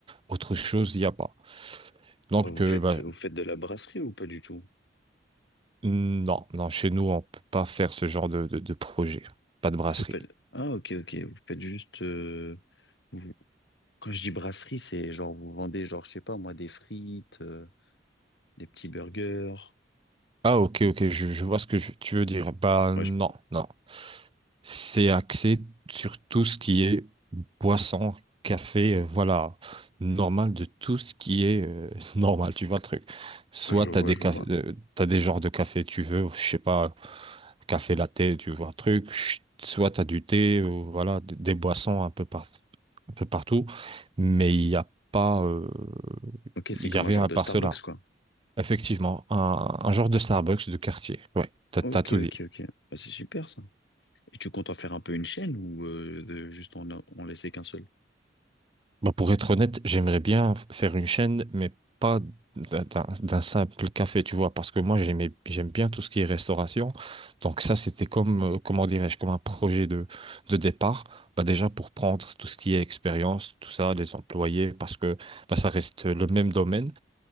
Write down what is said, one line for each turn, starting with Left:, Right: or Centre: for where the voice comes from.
Right: autre chose, il n'y a pas. Donc,
Left: Vous
Right: euh,
Left: faites,
Right: bah,
Left: vous faites de la brasserie ou pas du tout?
Right: non, non, chez nous, on peut pas faire ce genre de, de, de projet. Pas de brasserie.
Left: Vous faites pas de... Ah, ok, ok. Vous faites juste... euh, vous- Quand je dis brasserie, c'est genre vous vendez, genre, je sais pas, moi, des frites, euh, des petits burgers.
Right: Ah, ok, ok, je, je vois ce que je- tu veux dire. Bah,
Left: Ouais,
Right: non,
Left: je...
Right: non. C'est axé sur tout ce qui est boisson, café, euh, voilà, normal de tout ce qui est euh, <laughs> normal, tu vois le truc. Soit
Left: ouais, je vois,
Right: t'as des
Left: je
Right: cafés,
Left: vois.
Right: euh, t'as des genres de café tu veux, je sais pas, café latte, tu vois le truc. Ch- Soit t'as du thé, ou voilà, d- des boissons un peu par- un peu partout, mais il n'y a pas, euh,
Left: Ok,
Right: il
Left: c'est comme
Right: y a
Left: un
Right: rien
Left: genre
Right: à
Left: de
Right: part
Left: Starbucks,
Right: cela.
Left: quoi.
Right: Effectivement, un, un genre de Starbucks de quartier. Ouais, t'as,
Left: Ok,
Right: t'as tout
Left: ok,
Right: dit.
Left: ok. Bah, c'est super, ça. Et tu comptes en faire un peu une chaîne ou euh, de- juste on, a- on laissait qu'un seul?
Right: Bah, pour être honnête, j'aimerais bien f- faire une chaîne, mais pas d'un d'un- d'un simple café, tu vois, parce que moi, j'aimais, j'aime bien tout ce qui est restauration. Donc ça, c'était comme, euh, comment dirais-je, comme un projet de, de départ. Bah, déjà, pour prendre tout ce qui est expérience, tout ça, les employés, parce que bah, ça reste le même domaine.